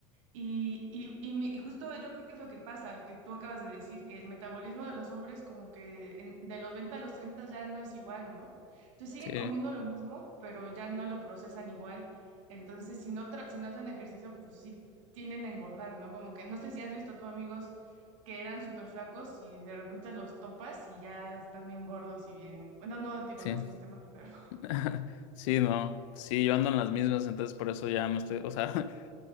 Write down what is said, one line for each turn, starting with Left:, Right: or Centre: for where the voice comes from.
Right: Y, y, y mi- justo yo creo que es lo que pasa, que tú acabas de decir, que el metabolismo de los hombres como que en- de los 20 a los 30 ya no es igual, ¿no? Entonces siguen
Left: Sí,
Right: comiendo lo mismo, pero ya no lo procesan igual. Entonces, si no, tra- si no hacen ejercicio, pues sí tienden a engordar, ¿no? Como que no sé si has visto tú amigos que eran súper flacos y de repente los topas y ya están bien gordos y bien... Bueno, no digo,
Left: sí.
Right: no es que esté mal, pero
Left: <laughs> Sí, no, sí, yo ando en las mismas, entonces por eso ya me estoy, o sea, <laughs>